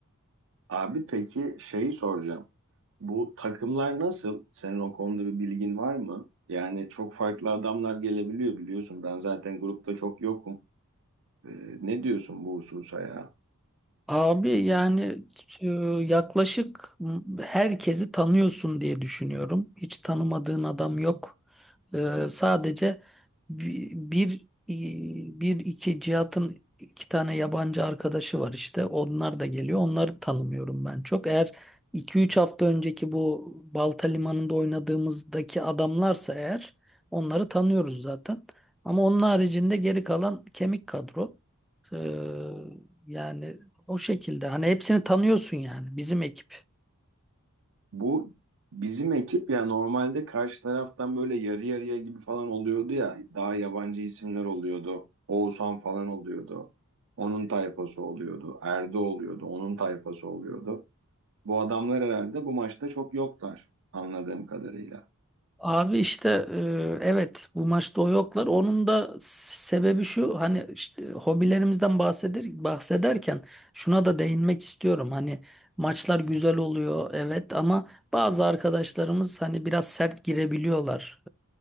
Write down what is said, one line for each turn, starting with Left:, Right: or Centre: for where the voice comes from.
Right: Abi peki şeyi soracağım. Bu takımlar nasıl? Senin o konuda bir bilgin var mı? Yani çok farklı adamlar gelebiliyor biliyorsun. Ben zaten grupta çok yokum. Ee, ne diyorsun bu hususa ya?
Centre: Abi yani e, yaklaşık herkesi tanıyorsun diye düşünüyorum. Hiç tanımadığın adam yok. E, sadece bi- bir, i- bir, iki Cihat'ın iki tane yabancı arkadaşı var işte. Onlar da geliyor. Onları tanımıyorum ben çok. Eğer iki üç hafta önceki bu Balta Limanı'nda oynadığımızdaki adamlarsa eğer onları tanıyoruz zaten. Ama onun haricinde geri kalan kemik kadro. Ee, yani o şekilde hani hepsini tanıyorsun yani bizim ekip.
Right: Bu bizim ekip ya normalde karşı taraftan böyle yarı yarıya gibi falan oluyordu ya. Daha yabancı isimler oluyordu. Oğuzhan falan oluyordu. Onun tayfası oluyordu. Erdo oluyordu. Onun tayfası oluyordu. Bu adamlar herhalde bu maçta çok yoklar anladığım kadarıyla.
Centre: Abi işte e, evet bu maçta o yoklar. Onun da sebebi şu hani işte hobilerimizden bahsedir bahsederken şuna da değinmek istiyorum. Hani maçlar güzel oluyor evet ama bazı arkadaşlarımız hani biraz sert girebiliyorlar,